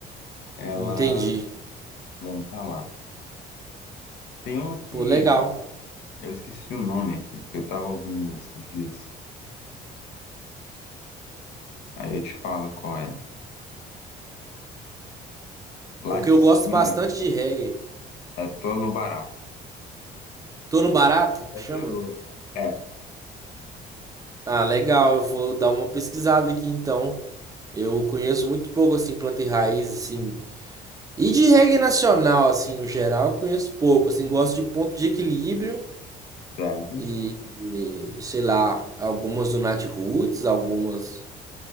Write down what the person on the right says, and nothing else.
Entendi.
Pô, legal.
Porque
eu
gosto bastante de reggae.
Torno Barato?
Chama?
Ah, legal. Eu vou dar uma pesquisada aqui então. Eu conheço muito pouco assim planta e raiz assim. E de reggae nacional assim no geral, eu conheço pouco. Assim, gosto de ponto de equilíbrio
e, e, sei lá, algumas do Nat Roots, algumas